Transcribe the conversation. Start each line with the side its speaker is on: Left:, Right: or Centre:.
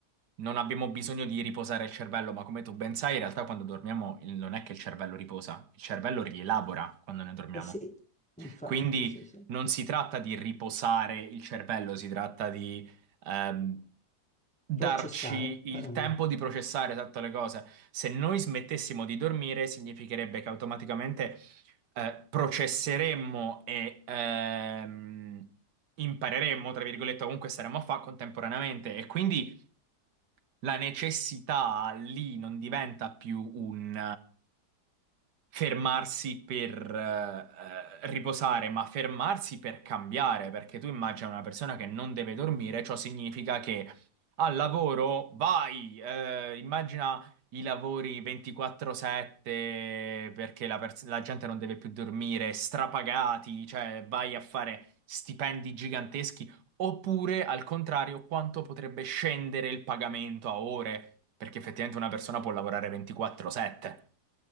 Right: non abbiamo bisogno di riposare il cervello, ma come tu ben sai, in realtà quando dormiamo il- non è che il cervello riposa, il cervello rielabora quando ne dormiamo.
Centre: Eh sì, infatti,
Right: Quindi
Centre: sì, sì.
Right: non si tratta di riposare il cervello, si tratta di ehm, darci
Centre: Processare, fare
Right: il
Centre: una...
Right: tempo di processare tutte le cose. Se noi smettessimo di dormire, significherebbe che automaticamente eh, processeremmo e ehm, impareremmo, tra virgolette, comunque staremmo a fare contemporaneamente. E quindi la necessità lì non diventa più un fermarsi per eh, eh, riposare, ma fermarsi per cambiare, perché tu immagina una persona che non deve dormire, ciò significa che al lavoro vai, eh, immagina i lavori 24/7 perché la, pers- la gente non deve più dormire, strapagati, cioè vai a fare stipendi giganteschi, oppure al contrario, quanto potrebbe scendere il pagamento a ore, perché effettivamente una persona può lavorare 24/7.